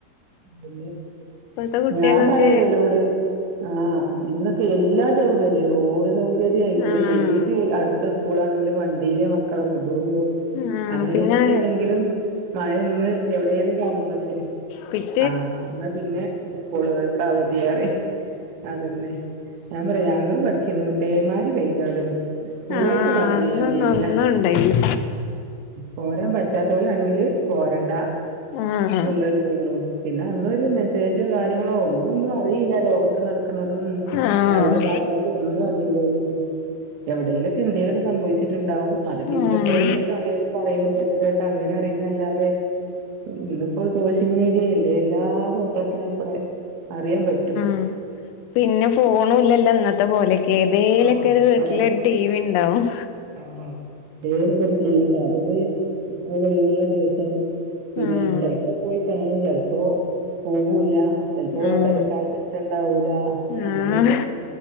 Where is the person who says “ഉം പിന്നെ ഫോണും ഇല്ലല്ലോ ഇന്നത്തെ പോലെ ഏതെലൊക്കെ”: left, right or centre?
Left